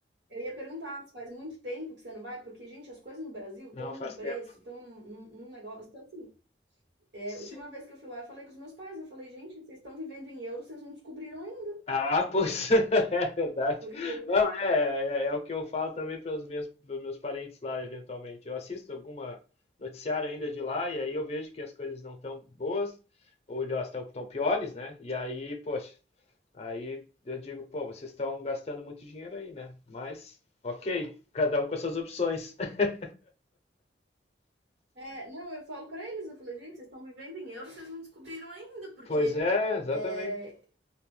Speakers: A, on the right; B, on the left.
A: Eu ia perguntar se faz muito tempo que você não vai, porque, gente, as coisas no Brasil estão
B: não,
A: num
B: faz
A: preço,
B: tempo.
A: estão num, num- num negócio. Então, assim, é,
B: Sim.
A: a última vez que eu fui lá, eu falei com os meus pais, eu falei, gente, vocês estão vivendo em euro, vocês não descobriram ainda.
B: Ah, pois <laughs> é verdade.
A: Porque,
B: Não, é, é, é o que eu falo também para os meus, pros meus parentes lá, eventualmente. Eu assisto alguma noticiário ainda de lá e aí eu vejo que as coisas não estão boas, ou estão piores, né? E aí, poxa, aí eu digo, pô, vocês estão gastando muito dinheiro aí, né? Mas, ok, cada um com as suas opções. <laughs>
A: é, não, eu falo pra eles, eu falei, gente, vocês estão vivendo em euro, vocês não descobriram ainda, porque
B: Pois é, exatamente.
A: é,